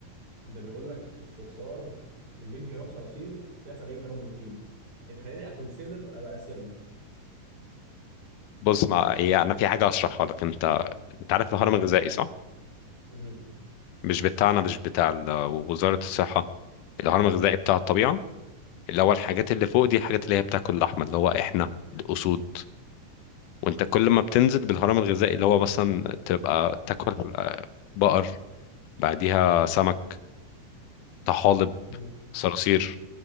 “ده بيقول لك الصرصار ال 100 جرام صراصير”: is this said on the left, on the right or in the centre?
Right